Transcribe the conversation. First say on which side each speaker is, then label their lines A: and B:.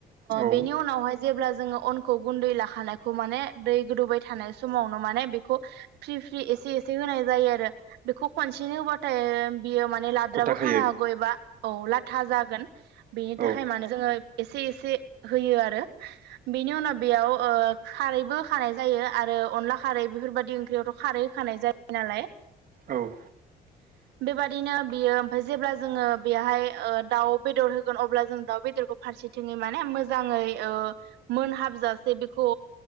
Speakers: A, on the right; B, on the right.
A: औ
B: बेनि उनावहाय जेब्ला जोङो अनखौ गुन्दै लाखानायखौ माने दै गोदौबाय थानाय समावनो माने बेखौ फ्रि फ्रि होनाय जायो आरो बेखौ खसे हाथाय बेयो माने लाद्राबो
A: गथा खायो
B: खाना हागौ एबा औ लाथा जागोन बेनि
A: औ
B: थाखाय माने जोङो एसे एसे होयो आरो बेनि उनाव बेयाव खारैबो खानाय जायो आरो अनला खारैबो बेफोरबायदि ओंख्रियावथ' खारै होखानाय जायो नालाय
A: औ
B: <inaudible> बेबादिनो बियो ओमफ्राय जेब्ला जोङो बेहाय दाउ बेदर होगोन अब्ला जों दाउ बेदरखौ फारसेथिङै माने मो जाङै ओ मोनहाबजासे बेखौ